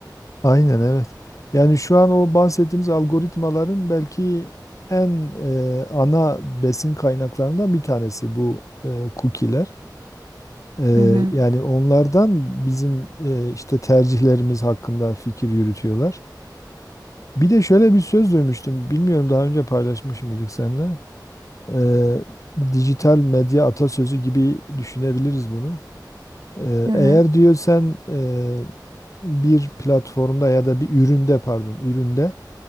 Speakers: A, on the left (about 45°); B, on the right (about 75°).
A: Aynen evet. Yani şu an o bahsettiğimiz algoritmaların belki en e, ana besin kaynaklarından bir tanesi bu e, cookie'ler. Eee,
B: Hı hı.
A: yani onlardan bizim eee, işte tercihlerimiz hakkında fikir yürütüyorlar. Bir de şöyle bir söz duymuştum. Bilmiyorum daha önce paylaşmış mıydık seninle? Eee, dijital medya atasözü gibi düşünebiliriz bunu. Eee,
B: Hı hı.
A: eğer diyor sen eee, bir platformda ya da bir üründe pardon üründe